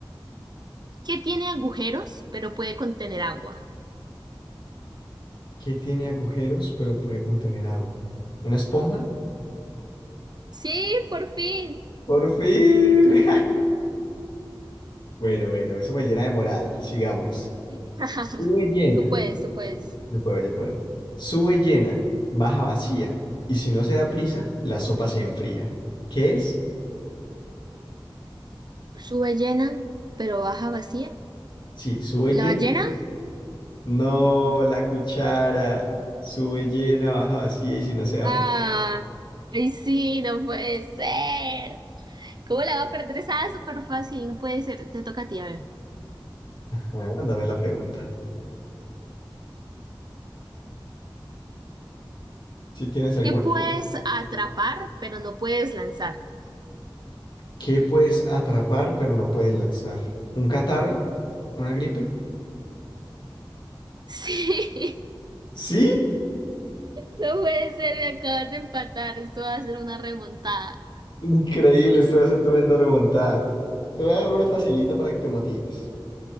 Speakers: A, on the right; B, on the left.
A: Que tiene agujeros, pero puede contener agua.
B: ¿Qué tiene agujeros pero puede contener agua? ¿Una esponja?
A: Sí, por fin.
B: ¡Por fin! <laughs> Bueno, bueno, eso me llena de moral. Sigamos.
A: <laughs>
B: Sube llena.
A: Tú puedes, tú puedes.
B: Yo puedo, yo puedo. Sube llena, baja vacía. Y si no se da prisa, la sopa se enfría. ¿Qué es?
A: Sube llena, pero baja vacía.
B: Sí, sube
A: ¿La
B: llena.
A: ballena?
B: No, la cuchara. Sube llena, baja vacía y si no se
A: Ah,
B: da prisa.
A: ay, sí, no puede ser. ¿Cómo la va a perder? Esa súper fácil, no puede ser. Te toca a ti, a ver.
B: Ah, dame la pregunta. ¿Si tienes alguna?
A: ¿Qué puedes atrapar, pero no puedes lanzar? <laughs>
B: ¿Qué puedes atrapar pero no puedes lanzar? ¿Un catarro? ¿Una gripe?
A: Sí,
B: ¿Sí?
A: no puede ser, me acabas de empatar, esto va a ser una remontada.
B: Increíble, esto va a ser tremenda remontada. Te voy a dar una facilita para que te motives.